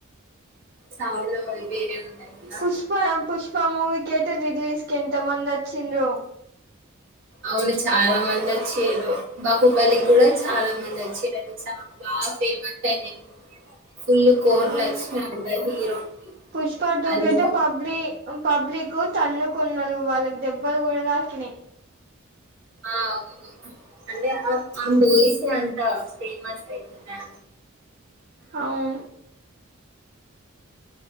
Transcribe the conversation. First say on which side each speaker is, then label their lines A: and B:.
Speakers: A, on the right; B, on the right.
A: సౌండ్ వేరే ఉంటాయి కదా
B: పుష్ప పుష్ప మూవి కేట రిలీజ్ కెంత మంది వచ్చిన్లో
A: అవును చాలా మంది వచ్చిర్రు బహుబలి కి కూడా చాలా మంది చిర చ బాగా ఫేమస్ అయినయ్ ఫుల్ కోట్లు
B: అవును
A: అచ్చినై అంట హీరోకి
B: పుష్ప టు
A: అది
B: కి అయితే పబ్లి పబ్లిక్ తన్నుకున్నారు వాళ్ళకి దెబ్బలు గుడదకినాయ్
A: ఆవును అంటే ఆ ఆ <unintelligible> ఇంకా ఫేమస్న్నానా
B: అవు